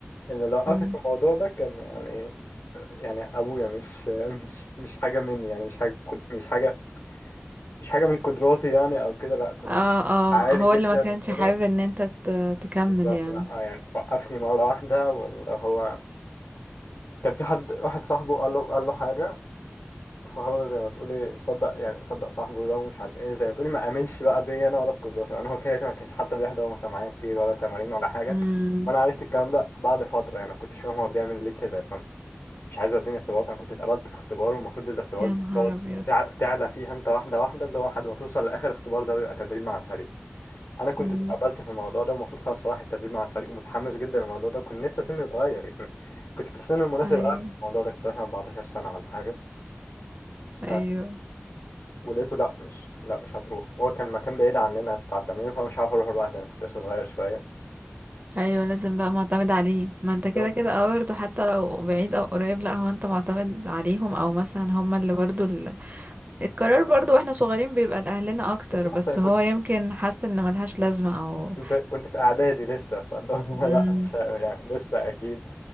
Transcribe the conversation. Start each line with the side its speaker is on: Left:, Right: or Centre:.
Left: إن اللي وقفني
Right: مم.
Left: في الموضوع ده كان يعني يعني أبويا مش <laughs> مش مش حاجة مني يعني مش حاجة كنت مش حاجة مش حاجة من قدراتي يعني أو كده لأ كنت
Right: اه اه
Left: عالي
Right: هو
Left: جدا
Right: اللي ما كانش
Left: وكده
Right: حابب ان انت ت- تكمل
Left: بالظبط
Right: يعني
Left: لأ يعني وقفني مرة واحدة واللي هو كان في حد واحد صاحبه قال له قال له حاجة فهو زي ما تقولي صدق يعني صدق صاحبه ده ومش عارف ايه زي ما تقولي ما امنش بقى بيا انا ولا بقدراتي يعني هو كده كده ما كانش حتى بيحضر مثلا معايا كتير ولا تمارين ولا حاجه
Right: مم.
Left: وانا عرفت الكلام ده بعد فتره يعني ما كنتش فاهم هو بيعمل ليه كده يعني مش عايز يديني اختبارات انا كنت اتقبلت في اختبار والمفروض الاختبارات
Right: يا
Left: دي
Right: نهار
Left: تقعد
Right: ابيض
Left: تع- تعلى فيها انت واحده واحده اللي هو لحد ما توصل لاخر اختبار ده ويبقى تدريب مع الفريق انا كنت
Right: مم.
Left: اتقبلت في الموضوع ده ومفروض خلاص رايح التدريب مع الفريق ومتحمس جدا للموضوع ده كنت لسه سني صغير يعني كنت في السن المناسب
Right: ايوه
Left: قوي الموضوع ده كنت مثلا 14 سنه ولا حاجه آه،
Right: ايوه
Left: ولقيته لا مش لا مش هتروح هو كان مكان بعيد عننا بتاع التمرين فمش عارف اروح لوحدي انا كنت لسه صغير شويه
Right: ايوه لازم بقى معتمد عليه ما انت
Left: بالظبط
Right: كده كده اه برضه حتى لو بعيد او قريب لا هو انت معتمد عليهم او مثلا هما اللي برضه ال... القرار برضه واحنا صغيرين بيبقى لاهلنا اكتر
Left: بالظبط
Right: بس
Left: انا كنت
Right: هو يمكن حاسس ان ملهاش لازمة او
Left: كنت كنت في اعدادي لسه فاللي هو
Right: مم.
Left: <laughs> لا مش ه- يعني لسه اكيد